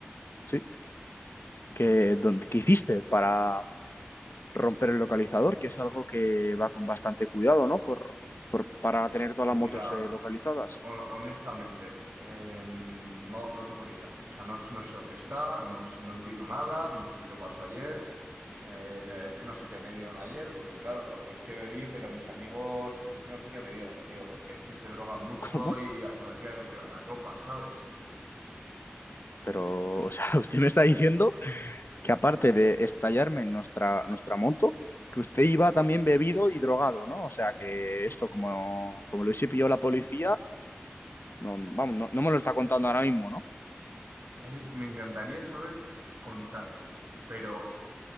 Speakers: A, on the left (about 65°); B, on the right (about 60°).
A: Sí. que, donde, que hiciste para romper el localizador, que es algo que va con bastante cuidado, ¿no? Por, por- para tener todas
B: Pues
A: las
B: mira,
A: motos eh, localizadas.
B: ho- honestamente, eh, no, no tengo ni idea. O sea, no, no sé dónde está, no, s- no entiendo nada, no sé qué pasó ayer. eh, es que no sé qué me dieron ayer, porque claro, porque es que bebí, pero mis amigos, es que no sé qué me dieron, tío, porque es que se drogan mucho
A: <laughs> ¿Cómo?
B: y a saber qué me metieron en la copa, ¿sabes?
A: Pero, o sea, <laughs> usted me está diciendo que aparte de estallarme en nuestra, nuestra moto, que usted iba también bebido y drogado, ¿no? O sea, que esto, como, como lo hubiese pillado la policía, no, vamos, no, no me lo está contando ahora mismo, ¿no?
B: A mí me encantaría saber contártelo, pero